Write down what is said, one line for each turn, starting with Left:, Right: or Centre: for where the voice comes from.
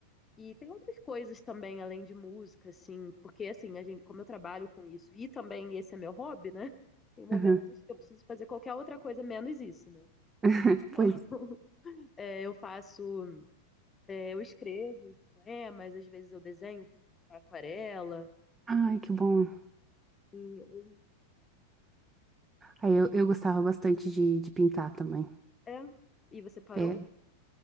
Left: E tem outras coisas também, além de música, assim, porque assim, a gente, como eu trabalho com isso, e também esse é meu hobby, né? <laughs> Tem momentos
Right: Uhum.
Left: que eu preciso fazer qualquer outra coisa menos isso, né?
Right: <laughs>
Left: Então,
Right: Pois.
Left: <laughs> é, eu faço, é, eu escrevo os poemas, às vezes eu desenho, pinto com aquarela,
Right: Ai, que bom.
Left: e, ou-
Right: Aí eu, eu gostava bastante de, de pintar também.
Left: é. E você parou?
Right: É.